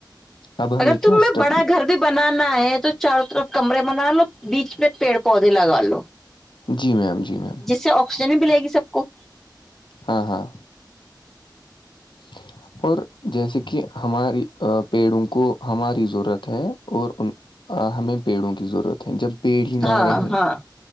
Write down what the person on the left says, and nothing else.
اب ہمیں
کیا اسٹپ
جی میم جی میم
ہاں ہاں <inaudible> اور جیسے کہ ہماری پیڑوں کو ہماری ضرورت ہے اور ان آ ہمیں پیڑوں کی ضرورت ہے جب پیڑ ہی نہ
رہے